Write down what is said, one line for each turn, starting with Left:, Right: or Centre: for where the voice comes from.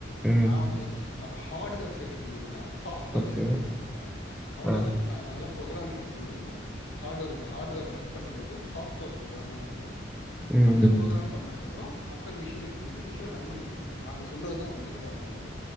Centre: ம்.
Left: நா வந்து சூ பா ஹார்ட்வேர் சைடு பண்ணிடுவே சாஃப்ட்வேர்
Centre: ஓகே.
Left: சைடு ஒருத்தங்க இருப்பாங்க அவங்க
Centre: ஆ.
Left: அந்த நா அதெலா ப்ரோக்ராம்குல்ல கொண்டு வருவாங்க ஹாட்வேர்க்கு ஹாட்வேர் ஒர்க் பண்றதுக்கு சாஃப்ட்வேர் ப்ரோக்ராம்லா பண்ணுவாங்க
Centre: ம்,
Left: அந்த ப்ரோக்ராம் பண்ணதுக்கு அப் அப்றோ அப்றோ மிஷனுக்கு குடுத்து மிஷின ரன் பண்ணி பாப்போ நாங்க சொன்னதுதா வந்தருக்கா அப்டீன்ட்டு